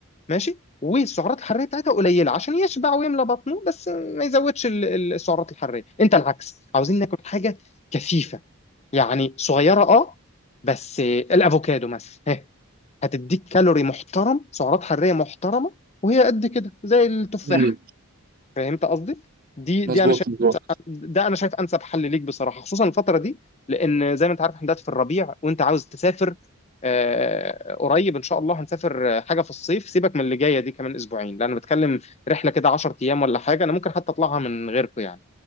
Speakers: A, on the left; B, on the right.
A: ماشي والسعرات الحراريه بتاعتها قليله عشان يشبع ويملى بطنه بس ما يزودش ال- ال- السعرات الحراريه انت العكس عاوزين ناكل حاجه كثيفه يعني صغيره اه بس آه، الافوكادو مثلا ها، هتديك كالوري محترم سعرات حراريه محترمه وهي قد كده زي التفاح
B: امم
A: فهمت قصدي دي
B: مظبوط
A: دي انا
B: مظبوط
A: ده انا شايف انسب حل ليك بصراحه خصوصا الفتره دي لان زي ما انت عارف احنا دلوقتي في الربيع وانت عاوز تسافر آه، قريب ان شاء الله هنسافر آه، حاجه في الصيف سيبك من اللي جايه دي كمان اسبوعين لان انا بتكلم رحله كده 10 ايام ولا حاجه انا ممكن حتى اطلعها من غيركم يعني